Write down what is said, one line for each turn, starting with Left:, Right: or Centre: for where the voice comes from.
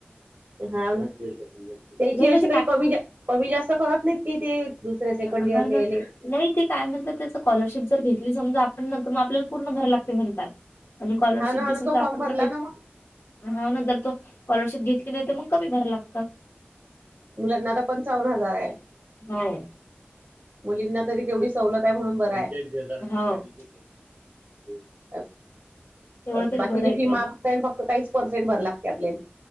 Right: हा त्याची
Left: नाही म्हणजे
Right: अ काही
Left: काय
Right: कमी कमी जास्त करत नाहीत कि ते दुसऱ्या सेकंड
Left: ह
Right: इयरला
Left: होा ना
Right: याले.
Left: नाही ते काय म्हणतात त्याच स्कॉलरशिप जर घेतली समजा आपण न तर मग आपल्याला पूर्ण भरा लागते म्हणतात. आणि स्कॉलरशिप
Right: हा ना हा
Left: जर
Right: ना
Left: समजा
Right: तो फॉर्म
Left: आपण
Right: भरला
Left: नाही घेतली
Right: ना मग
Left: अन हाव न जर तो स्कॉलरशिप घेतली नाही तर मग कमी भरा लागतात
Right: मुलांना आता पंचावन हजार आहे.
Left: हो.
Right: मुलींना तरी तेवढी सवलत आहे म्हणून बरं आहे.
Left: हो
Right: <unintelligible> अ
Left: तेवढं
Right: अ
Left: तरी
Right: बाकीची
Left: बरं आहे काय
Right: फी माफ कॉइन फक्त काहीच पर्सेंट भरा लागते आपल्याले